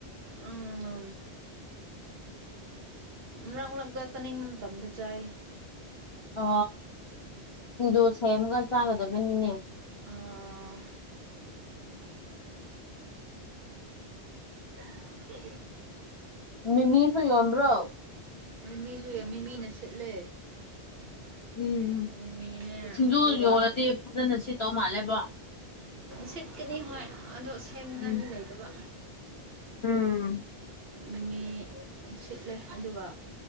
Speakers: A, on the right; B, on the left.
A: ꯎꯥ ꯃꯔꯛ ꯃꯔꯛꯇ ꯆꯥꯅꯤꯡꯕ ꯃꯇꯝꯗ ꯆꯥꯏ
B: ꯑ ꯁꯤꯡꯖꯨ ꯁꯦꯝꯃꯒ ꯆꯥꯒꯗꯕꯅꯤꯅꯦ
A: ꯑꯥ ꯊ ꯆꯃꯦꯦ
B: ꯃꯤꯃꯤꯁꯨ ꯌꯣꯟꯕ꯭ꯔꯣ
A: ꯃꯤꯁꯨ ꯌꯥꯝ ꯃꯤꯃꯤꯅ ꯁꯤꯠꯂꯦ
B: ꯎꯝ
A: ꯑꯅꯤꯃꯤꯅꯦ
B: ꯁꯤꯡꯖꯨ
A: ꯑꯗꯨꯒꯒꯥ
B: ꯌꯣꯜꯂꯗꯤ ꯐꯖꯅ ꯁꯤꯠꯇꯧ ꯃꯥꯜꯂꯦꯕꯣ
A: ꯁꯤꯠꯀꯅꯤ ꯍꯣꯏ ꯑꯗꯣ ꯁꯦꯝꯃꯤꯉꯥꯏ
B: ꯎꯝ
A: ꯃꯤ ꯂꯩꯇꯕ
B: ꯎꯝ
A: ꯃꯤꯃꯤ ꯁꯤꯠꯂꯦ ꯑꯗꯨꯒ